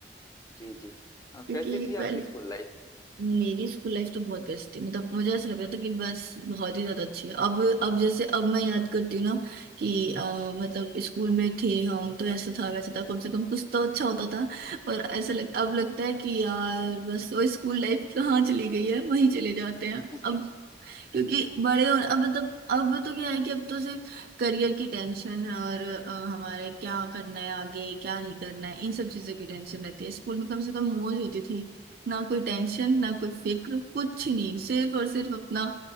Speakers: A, on the left; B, on the right.
A: जी जी अ,
B: क्योंकि
A: कैसी थी
B: पहले
A: आपकी स्कूल लाइफ
B: मेरी स्कूल लाइफ तो बहुत बेस्ट थी मतलब मुझे ऐसा लगता था कि बस बहुत ही ज्यादा अच्छी है अब अब जैसे अब मैं याद करती हूँ ना कि अ, मतलब स्कूल में थे हम तो ऐसा था वैसा था कम से कम कुछ तो अच्छा होता था पर ऐसा लग, अब लगता है कि यार बस वो स्कूल लाइफ कहाँ चली गई है वहीं चले जाते हैं
A: <laughs>
B: अब क्योंकि बड़े हो अब मतलब अब तो क्या है कि अब तो सिर्फ करियर की टेंशन है और अ, हमारे क्या करना है आगे क्या नहीं करना है इन सब चीजों की टेंशन रहती है स्कूल में कम से कम मौज होती थी ना कोई टेंशन ना कोई फिक्र कुछ नहीं सिर्फ और सिर्फ अपना